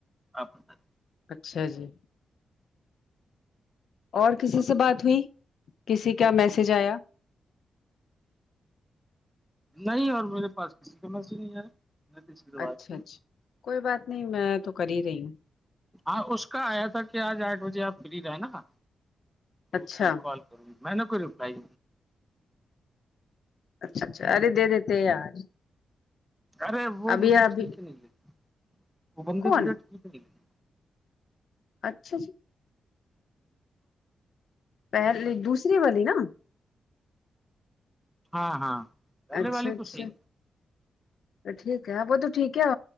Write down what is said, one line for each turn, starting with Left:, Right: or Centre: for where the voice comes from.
Centre: آپ بتایئں
Left: اچھا جی اور کسی سے بات بھی کسی کا میسج آیا
Centre: نہیں اور میرے پاس کسی کا میسج نہیں آیا نہ کسی سے بات
Left: اچھا
Centre: کی
Left: اچھا کوئی بات نہیں میں تو کر ہی رہی ہوں
Centre: ہاں اس کا آیا تھا کہ آج آٹھ بجے آپ فری رہے نا تو
Left: اچھا
Centre: میں کال میں نا کچھ ریپلائی
Left: اچھا اچھا ارے دے دیتے یار
Centre: ارے وہ
Left: ابھی
Centre: مجھے
Left: ابھی
Centre: ٹھیک نہیں لگی وہ بندی
Left: کون
Centre: مجھے ٹھیک نہیں لگی
Left: اچھا جی پہلی دوسری والی نا
Centre: ہاں ہاں پہلے
Left: اچھا
Centre: والی
Left: اچھا
Centre: تو صحیح
Left: ٹھیک ہے وہ تو ٹھیک ہے